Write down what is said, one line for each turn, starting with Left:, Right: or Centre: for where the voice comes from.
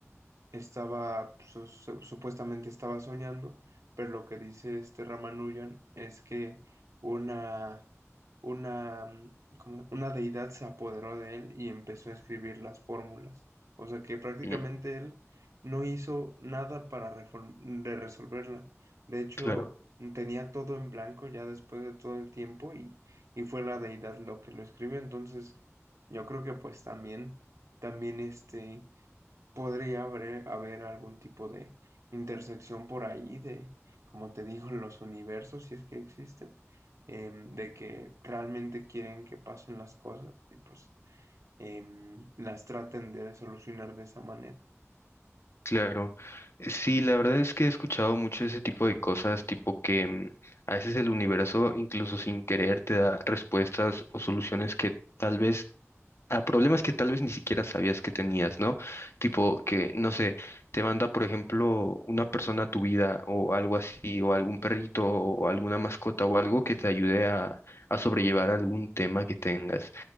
Right: estaba, su- su- supuestamente estaba soñando, pero lo que dice este Ramanujan es que una, una, mm, como una deidad se apoderó de él y empezó a escribir las fórmulas. O sea que prácticamente
Left: mm,
Right: él no hizo nada para reform- de resolverla. De hecho,
Left: claro.
Right: tenía todo en blanco ya después de todo el tiempo y, y fue la deidad lo que lo escribió. Entonces, yo creo que pues también, también este podría haber, haber algún tipo de intersección por ahí de, como te digo, los universos, si es que existen, em, de que realmente quieren que pasen las cosas y pues em, las traten de solucionar de esa manera.
Left: Claro, sí, la verdad es que he escuchado mucho ese tipo de cosas, tipo que mm, a veces el universo, incluso sin querer, te da respuestas o soluciones que tal vez, a problemas que tal vez ni siquiera sabías que tenías, ¿no? Tipo que, no sé, te manda, por ejemplo, una persona a tu vida o algo así, o algún perrito o alguna mascota o algo que te ayude a, a sobrellevar algún tema que tengas.